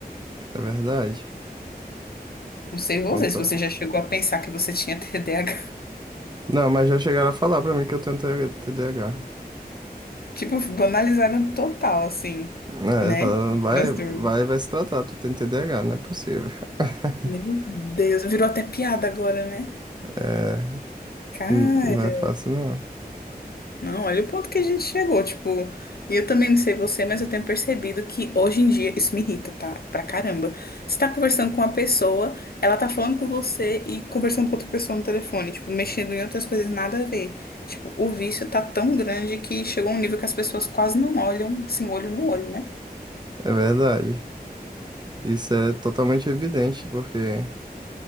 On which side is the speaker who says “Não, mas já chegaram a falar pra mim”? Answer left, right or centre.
Right